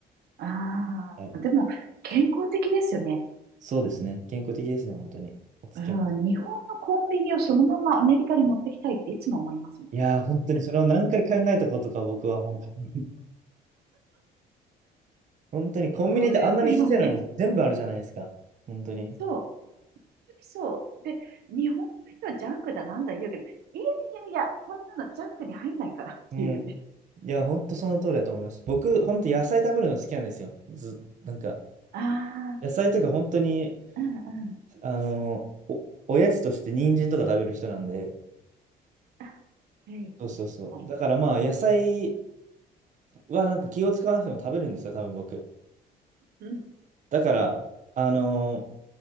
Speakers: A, on the right (about 70°); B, on the right (about 45°).
A: ああ、
B: はい、
A: でも健康的ですよね。
B: そうですね。健康的ですね、本当に。お漬物。
A: うん、日本のコンビニをそのままアメリカに持ってきたいっていつも思いますもん。
B: いやー、本当にそれを何回考えたことか、僕は本当に。本当にコンビニってあんなにちっちゃいのに全部あるじゃないですか。
A: そうですよね。
B: 本当に。
A: そう。本当にそう。で、日本の人はジャンクだなんだ言うけど、いやいやいや、こんなのジャンクに入んないからっていうね。
B: うん。いや、本当その通りだと思います。僕、本当野菜食べるの好きなんですよ。ず、なんか、
A: ああ、
B: 野菜とか本当に、
A: うんうん。
B: あの、お、おやつとして人参とか食べる人なんで。
A: あ、はいはいはい。
B: そうそうそう。だからまあ、野菜はなんか気を使わなくても食べるんですよ、多分僕。
A: うん。
B: だから、あの、